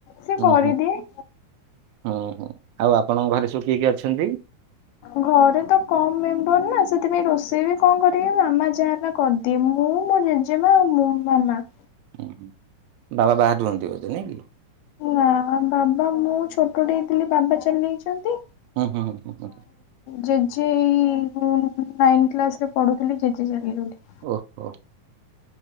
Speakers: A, on the left; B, on the right.
A: ସିଏ
B: ହୁଁ
A: କରିଦିଏ।
B: ହୁଁ ହୁଁ ହୁଁ। ଆଉ ଆପଣଙ୍କ ଘରେ ସବୁ କିଏ କିଏ ଅଛନ୍ତି?
A: ଘରେ ତ କମ୍ ମେମ୍ବର ନା, ସେଥିପାଇଁ ରୋଷେଇ ବି କଣ କରିବି ମାମା ଯାହା ନା କରିଦିଏ। ମୁଁ ମୋ ଜେଜେ ମା ଆଉ ମୋ ମାମା।
B: ହୁଁ। ବାବା ବାହାରେ ରୁହନ୍ତି ବୋଧେ ନାଇଁ କି?
A: ନା ବାବା ମୁଁ ଛୋଟଟେ ହେଇଥିଲି ବାବା ଚାଲି ଯାଇଇଛନ୍ତି।
B: ହୁଁ, ହୁଁ, ହୁଁ
A: ଜେଜେ ଏଇ ମୁଁ ନାଇନ୍ କ୍ଲାସ୍ ରେ ପଢୁଥିଲି ଜେଜେ ଚାଲିଗଲେ।
B: ଓହୋ।